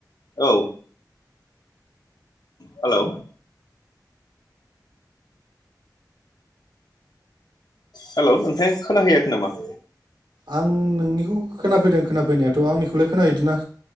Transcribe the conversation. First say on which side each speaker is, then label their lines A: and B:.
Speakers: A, on the left; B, on the right.
A: औ हेलौ हेलौ नोंथाङा खोनाहैयाखै नामा
B: आं नोंनिखौ खोनाफैदों खोनाफैनायाथ' आंनिखौलाय खोनाहैदोंना